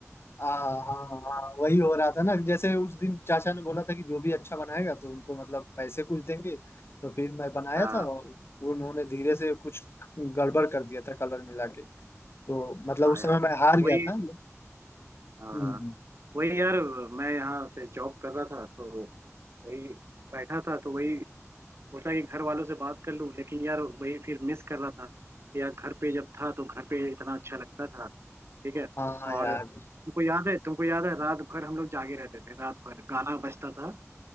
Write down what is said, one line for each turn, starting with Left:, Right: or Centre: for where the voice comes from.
Left: आ, हाँ हाँ वही हो रहा था ना जैसे उस दिन चाचा ने बोला था कि जो भी अच्छा बनाएगा तो उनको मतलब पैसे कुछ देंगे तो फिर मैं बनाया
Right: हाँ
Left: था और उन्होंने धीरे से कुछ गड़बड़ कर दिया था कलर मिला के तो मतलब
Right: हाँ
Left: उस
Right: यार
Left: समय मैं हार गया
Right: वही
Left: था
Right: हाँ
Left: हम्म,
Right: वही यार मैं यहाँ पे जॉब कर रहा था तो वही बैठा था तो वही सोचा कि घर वालों से बात कर लूँ लेकिन यार वही फिर मिस कर रहा था कि यार घर पे जब था तो घर पे इतना अच्छा लगता था ठीक है
Left: हाँ
Right: और
Left: यार
Right: तुमको याद है तुमको याद है रात भर हम लोग जागे रहते थे रात भर गाना बजता था